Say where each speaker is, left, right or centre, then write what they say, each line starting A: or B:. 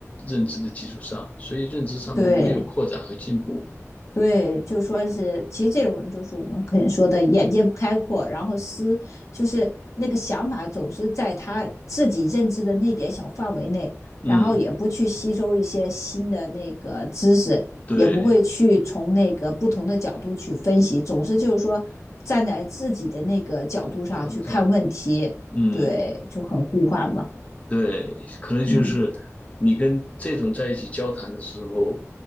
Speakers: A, on the left; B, on the left.
A: 认知的基础上，所以认知上没有扩展和进步。
B: 对，对，就说是，其实这种人就是我们可能说的眼界不开阔，然后思就是那个想法总是在他自己认知的那点小范围内，然后也不去吸收一些新的那个知识，
A: 嗯，对，
B: 也不会去从那个不同的角度去分析，总是就是说站在自己的那个角度上去看问题，
A: 角度上，嗯。
B: 对，就很固化嘛，
A: 对，可能就是你跟这种在一起交谈的时候，
B: 嗯